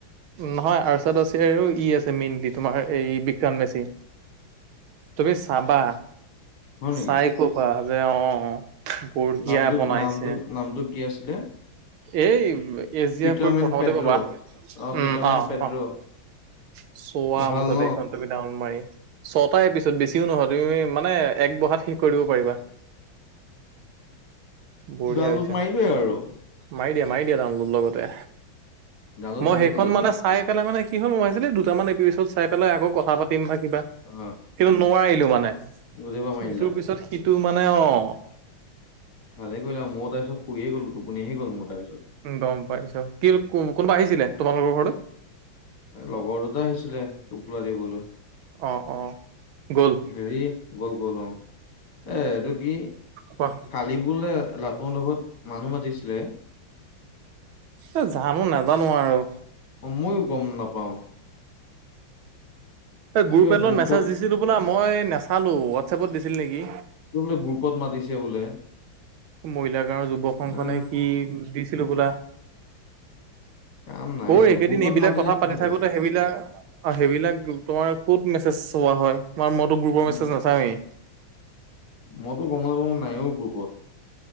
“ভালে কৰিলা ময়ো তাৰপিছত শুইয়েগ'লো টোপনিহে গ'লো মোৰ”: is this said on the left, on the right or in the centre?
Left